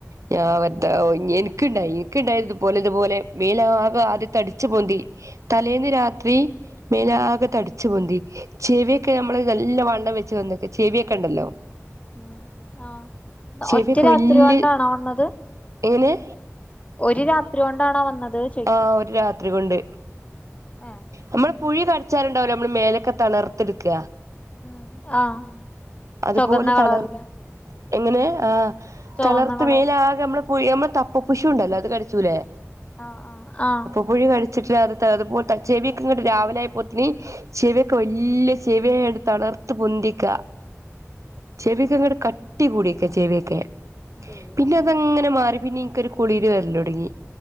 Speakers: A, on the right (about 75°); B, on the left (about 25°).
A: ഞാൻ മറ്റേ എനി ക്കിണ്ടായി ഇനക്കിണ്ടായി ഇതുപോലെ ഇതുപോലെ മേലാകെ ആദ്യം തടിച്ചു പൊന്തി. തലേന്ന് രാത്രി മേലാകെ തടിച്ചു പൊന്തി. ചെവിയൊക്കെ നമ്മള് നല്ല വണ്ണം വെച്ച് വന്ന ചെവിയൊക്കെ ഉണ്ടല്ലോ.
B: ഉം ആഹ്
A: ചെവിയൊക്കെ
B: ഒറ്റ രാത്രി
A: വല്യയ
B: കൊണ്ടാണോ വന്നത്
A: എങ്ങനെ
B: ഒരു രാത്രി കൊണ്ടാണോ വന്നത്. ചോയ്ക്ക
A: ആഹ് ഒരു രാത്രി കൊണ്ട്
B: ഏഹ്
A: നമ്മളെ
B: ഉം
A: പുഴു കടിച്ചാല്ണ്ടാവല്ലോ നമ്മള് മേലൊക്കെ തണർത്തെടുക്ക.
B: ഉം ആഹ്
A: അതുപോലെ
B: ചൊകന്ന കളറില്
A: തണിർ എങ്ങനെ ആഹ്.
B: ചുവന്ന
A: തളർത്ത്
B: കളർ
A: മേല് ആകെ നമ്മള് നമ്മ തപ്പ പുഷു ഉണ്ടല്ലോ അത് കടിച്ചൂലേ
B: ആഹ് ആഹ് ആഹ്
A: പുഴു കടിച്ചിട്ട് അത് അതുപ്പോൽ ത ചെവിക്കെ ഇങ്ങട്ട് രാവിലെ ആയപ്പോത്തിന് ചെവി ഒക്കെ വല്യ ചെവിയായാണ്ട് തളർത്ത് പൊന്തിക്ക. ചെവി ഒക്കെ ഇങ്ങട്ട് കട്ടി കൂടിയക്ക ചെവിയൊക്കെ.
B: ദൈവമേ
A: പിന്നെ അതങ്ങനെ മാറി പിന്നെ എനിക്കൊരു കുളിര് വരല് തുടങ്ങി,